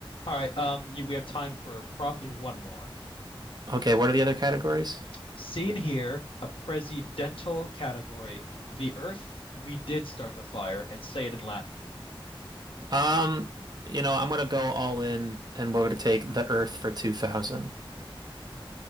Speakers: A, on the left; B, on the right.
A: All right, um, you, we have time for probably one more.
B: Okay, what are the other categories?
A: Seen here, a presidential category, the earth we did start the fire, and say it in Latin.
B: Um, you know, I'm gonna go all in and we're gonna take the Earth for 2000.